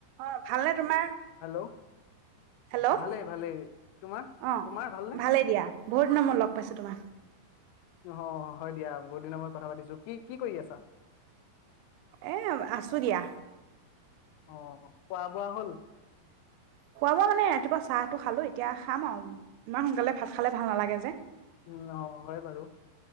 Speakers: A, on the right; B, on the left.
A: অঁ ভালনে তোমাৰ
B: হেল্ল'
A: হেল্ল' অঁ
B: ভালেই ভালেই তোমাৰ তোমাৰ ভালনে
A: ভালেই দিয়া বহুত দি নামত লগ পাইছো তোমাৰ
B: হয় দিয়া বহুত দিনৰ ময়ত কথা পাতিছো কি কি কৰি আছা
A: এ আছো দিয়া
B: অঁ খোৱা বোৱা হ'ল
A: খোৱা বোৱা মানে ৰাতিপুৱা চাহটো খালো এতিয়া খাম আৰু ইমান সোনকালে ভাত খালে ভাল নালাগে যে
B: উম অঁ হয় বাৰু